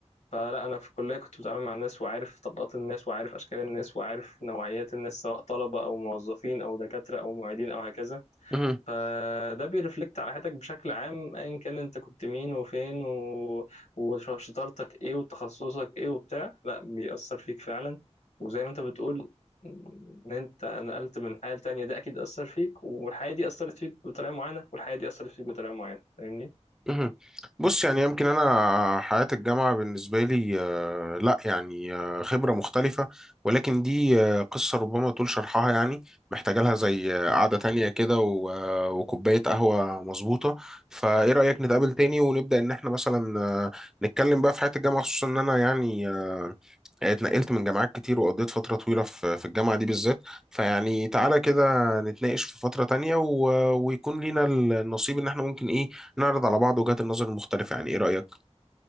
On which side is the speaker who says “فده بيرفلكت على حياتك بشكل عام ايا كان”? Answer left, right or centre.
Left